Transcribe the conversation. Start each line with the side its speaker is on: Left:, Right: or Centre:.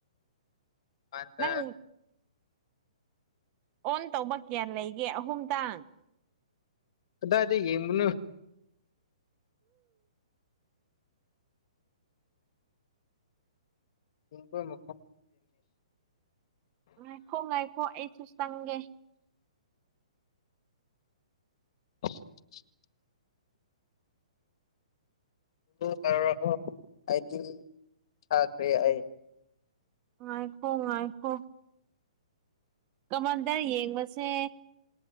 Left: ꯑꯗ
Right: ꯅꯪ ꯑꯣꯟ ꯇꯧꯕ ꯀꯌꯥ ꯂꯩꯒꯦ ꯑꯍꯨꯝꯇꯥꯡ
Left: ꯑꯗꯥꯗꯤ ꯦꯦꯝꯅ ꯏꯤꯡꯕꯝꯟꯅ
Right: ꯉꯥꯏꯈꯣ ꯉꯥꯏꯈꯣ ꯑꯩꯁꯨ ꯆꯪꯒꯦ
Left: <unintelligible> ꯇꯔ ꯑꯩꯗꯤ ꯊꯈ꯭ꯔꯦ ꯑꯩ
Right: ꯉꯥꯏꯈꯣ ꯍꯥꯏꯥꯏꯈꯣ ꯀꯃꯜꯗ ꯌꯦꯡꯕꯁꯦ